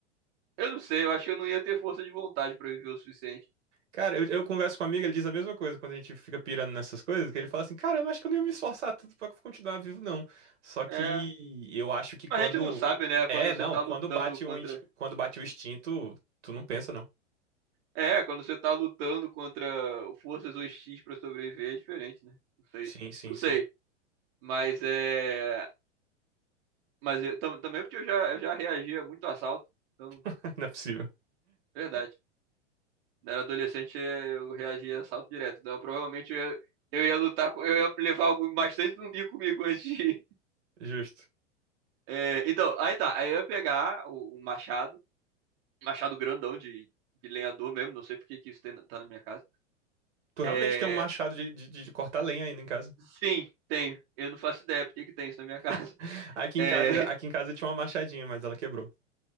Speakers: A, on the right; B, on the right.
A: Eu não sei, eu acho que eu não ia ter força de vontade pra viver o suficiente.
B: Cara, eu, eu converso com um amigo, ele diz a mesma coisa quando a gente fica pirando nessas coisas, que ele fala assim, cara, eu não acho que eu não ia me esforçar tanto pra continuar vivo, não. Só que
A: É.
B: eu acho que quando.
A: Mas a gente não sabe, né?
B: É,
A: Quando
B: não,
A: você tá
B: quando
A: lutando
B: bate
A: contra.
B: um, inti- quando bate o instinto, tu não pensa, não.
A: É, quando você tá lutando contra forças hostis pra sobreviver, é diferente, né? Não sei.
B: Sim, sim,
A: Não
B: sim.
A: sei. Mas é. Mas eu tam- também porque eu já, eu já reagia muito a assalto. Então,
B: <laughs> Não é possível.
A: verdade. Quando eu era adolescente, eu reagia a assalto direto. Então, provavelmente eu ia, eu ia lutar com. Eu ia levar algo bastante zumbi comigo <laughs> antes de ir.
B: Justo.
A: É, então, aí tá. Aí eu ia pegar o, o machado. Machado grandão de, de lenhador mesmo. Não sei por que que isso tem, na- tá na minha casa.
B: Tu realmente
A: É,
B: tem um machado de, de, de cortar lenha ainda em casa.
A: sim, tem. Eu não faço ideia por que que tem isso na minha casa.
B: <laughs> Aqui em
A: É,
B: casa,
A: <laughs>
B: aqui em casa tinha uma machadinha, mas ela quebrou.